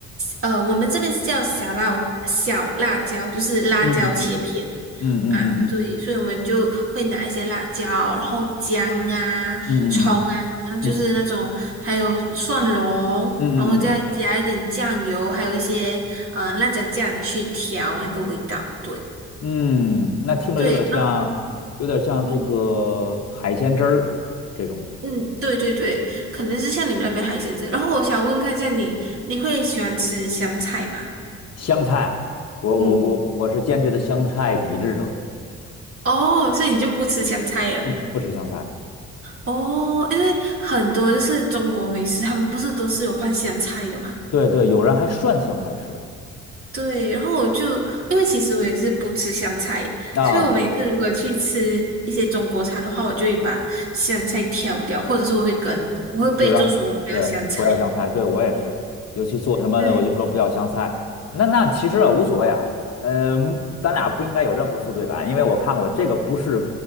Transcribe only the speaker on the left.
嗯嗯嗯嗯
嗯嗯
嗯嗯
嗯嗯嗯
嗯，嗯那听着有点像，
有点像这个海鲜汁儿这种
香菜。我我我我是坚决的香菜抵制者，
不不吃香菜。
对对，有人还涮香菜吃的
啊，
就让对不要香菜，对我也是，尤其做什么的我就说不要香菜。
那那其实啊无所谓啊，嗯、咱俩不应该有任何负罪感，因为我看过这个不是